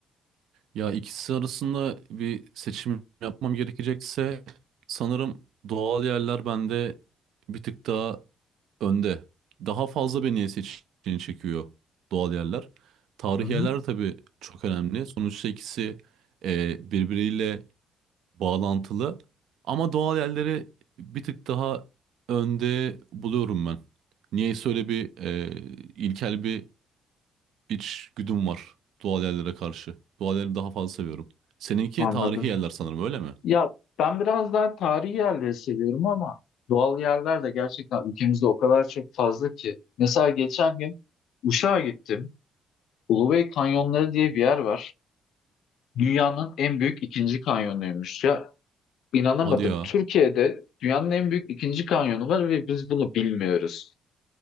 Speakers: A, on the right; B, on the left.
A: Ya ikisi arasında bir seçim yapmam gerekecekse sanırım doğal yerler bende bir tık daha önde. Daha fazla beni seçeneği çekiyor doğal yerler. Tarihi
B: Hı hı.
A: yerler tabii çok önemli. Sonuçta ikisi e, birbiriyle bağlantılı. Ama doğal yerleri bir tık daha önde buluyorum ben. Niyeyse öyle bir e, ilkel bir iç güdüm var doğal yerlere karşı. Doğal yerleri daha fazla seviyorum. Seninki
B: Anladım.
A: tarihi yerler sanırım öyle mi?
B: Ya ben biraz daha tarihi yerleri seviyorum ama doğal yerler de gerçekten ülkemizde o kadar çok fazla ki. Mesela geçen gün Uşak'a gittim. Ulubey Kanyonları diye bir yer var. Dünyanın en büyük ikinci kanyonuymuş. Ya inanamadım.
A: Hadi ya.
B: Türkiye'de dünyanın en büyük ikinci kanyonu var ve biz bunu bilmiyoruz.